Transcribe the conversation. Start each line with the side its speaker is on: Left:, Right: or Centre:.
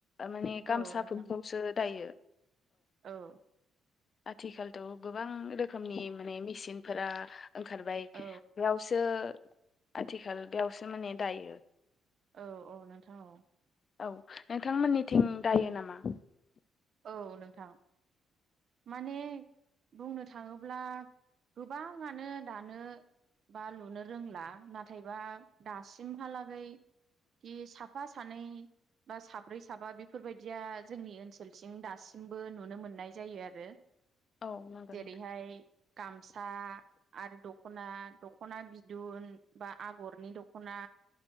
Left: माने गामसाफोरखौसो
Right: औ नोंथां
Left: दायो।
Right: औ
Left: आथिखालथ' गोबां रोखोमनि माने मेसिनफोरा ओंखार
Right: औ
Left: बेयावसो आथिखाल बेयावसो माने दायो।
Right: औ औ नोंथां औ
Left: औ नोंथांमोननिथिं दायो नामा?
Right: औ नोंथां माने बुंनो थाङोब्ला, गोबाङानो दानो, बा लुनो रोंला, नाथायबा दासिमहालागै, खि साफा-सानै, बा साब्रै-साबा बेफोरबायदिया जोंनि ओनसोल थिं दासिमबो नुनो मोननाय जायो आरो।
Left: औ नंगौ
Right: जेरैहाय
Left: नोंथां
Right: गामसा आरो दख'ना दख'ना, बिदुन, बा आगरनि दख'ना,